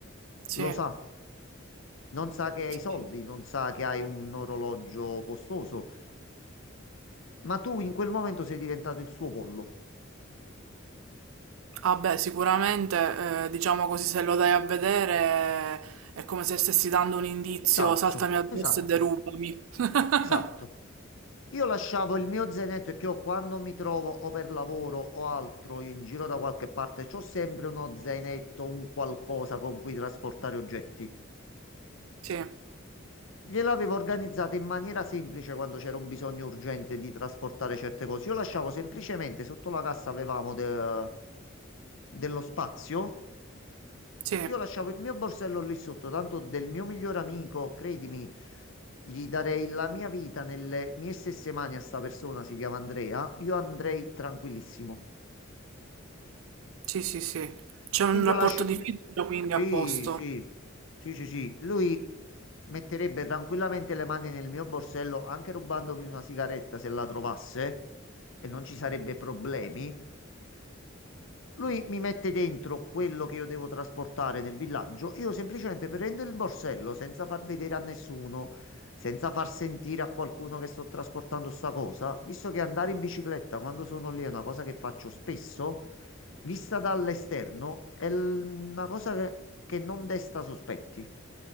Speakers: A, on the right; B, on the left.
A: sì,
B: lo sa. Non sa che hai
A: sì,
B: soldi,
A: sì.
B: non sa che hai un orologio costoso, ma tu in quel momento sei diventato il suo pollo.
A: Ah beh, sicuramente, eh, diciamo così, se lo dai a vedere è come se stessi dando un indizio,
B: Esatto,
A: saltami addosso
B: esatto,
A: e derubami. <laughs>
B: esatto. Io lasciavo il mio zainetto che ho quando mi trovo o per lavoro o altro in giro da qualche parte, c'ho sempre uno zainetto, un qualcosa con cui trasportare oggetti.
A: Sì,
B: Gliel'avevo organizzata in maniera semplice quando c'era un bisogno urgente di trasportare certe cose. Io lasciavo semplicemente sotto la cassa avevamo de- dello spazio
A: sì.
B: Io lasciavo il mio borsello lì sotto, tanto del mio migliore amico, credimi, gli darei la mia vita nelle mie stesse mani a sta persona, si chiama Andrea, io andrei tranquillissimo.
A: Sì, sì, sì. C'è un
B: Quindi
A: rapporto
B: io lascio il...
A: di
B: mi-
A: fiducia, quindi
B: Sì,
A: a posto.
B: sì, sì, sì, sì. Lui metterebbe tranquillamente le mani nel mio borsello, anche rubandomi una sigaretta se la trovasse, e non ci sarebbe problemi. Lui mi mette dentro quello che io devo trasportare nel villaggio. Io semplicemente prendo il borsello senza far vedere a nessuno, senza far sentire a qualcuno che sto trasportando sta cosa, visto che andare in bicicletta quando sono lì è una cosa che faccio spesso, vista dall'esterno è l- una cosa che, che non desta sospetti. Non